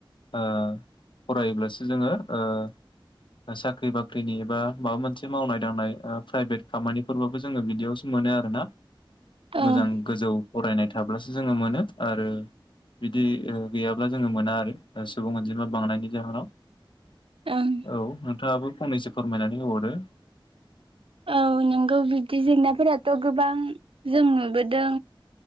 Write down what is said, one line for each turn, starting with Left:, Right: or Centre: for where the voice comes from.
Left: ओ फरायोब्लासो जोङो ओ साख्रि बाख्रिनि एबा माबा मोनसे मावनाय दांनाय ओ। प्राइभेट खामानिफोरबाबो जोङो बिदियावसो मोनो आरो ना।
Right: ओं
Left: मोजां गोजौ फरायनाय थाब्लासो। जोङो मोनो आरो बिदि गैयाब्ला जोङो मोना आरो सुबुं अनजिमा बांनायनि जाहोनाव।
Right: ओं
Left: औ थांङाबो फंनैसो फोरमायनानै होबावदो
Right: औ नोंगौ बिदि जेंनाफोराथ' गोबां जों नुबोदों